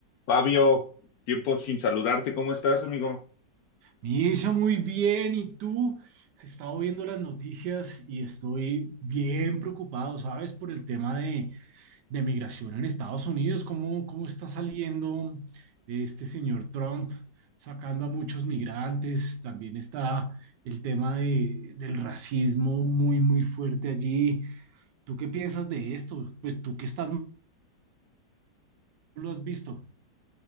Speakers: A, on the left; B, on the right.
A: Fabio, tiempo sin saludarte, ¿cómo estás, amigo?
B: Misa, muy bien. ¿Y tú? He estado viendo las noticias y estoy bien preocupado, ¿sabes? Por el tema de, de migración en Estados Unidos. ¿Cómo, cómo está saliendo este señor Trump sacando a muchos migrantes? También está el tema de, del racismo muy, muy fuerte allí. ¿Tú qué piensas de esto? Pues tú que estás, lo has visto.